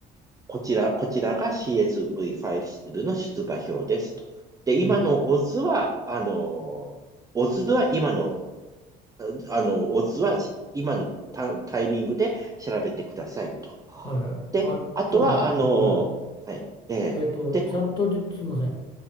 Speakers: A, on the right; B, on the left.
A: こちら、こちらが CSV ファイルの出馬表ですと。で、今のオズは、
B: うん。
A: あの、オズは今の、あの、オズは今のタ、タイミングで調べてくださいと。
B: はいはい。
A: で、
B: あ、
A: あとは、
B: ちょっと待って。
A: あの、
B: は
A: はい、えーで、
B: い。えっと、チャットじ、すいません。